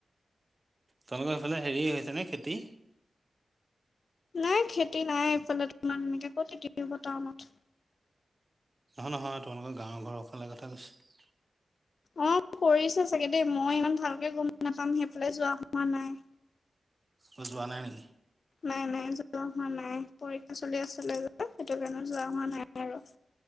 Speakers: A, on the right; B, on the left.
A: তেওঁলোকৰ সেইফালে হেৰি হৈছে নে খেতি?
B: নাই খেতি নাই এইফালে তোমাৰ এনেকে কত খেতি হব টাউনত।
A: নহয় নহয় তোমালোকৰ গাঁৱৰ ঘৰৰ ফালে কথা কৈছো।
B: অ কৰিছে চাগে দেই, মই ইমান ভালকে গম নাপাম সেইফালে যোৱা হোৱা নাই।
A: অ যোৱা নাই নেকি?
B: নাই নাই যোৱা হোৱা নাই পৰীক্ষা চলি আছিলে যে। সেইটো কাৰণে যোৱা হোৱা নাই আৰু।